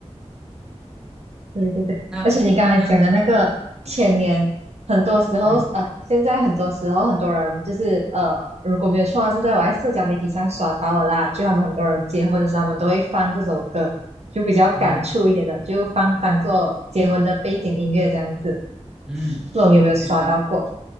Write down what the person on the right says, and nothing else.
对对对，
而且你刚才讲的那个前年，很多时候啊呃，
现在很多时候很多人就是呃，如果没有错啊是在我在社交媒体上刷到的啦，就他们很多人结婚的时候，
他们都会放这首歌，就比较感触一点的，
就放当做结婚的背景音乐这样子。
不懂有没有刷到过？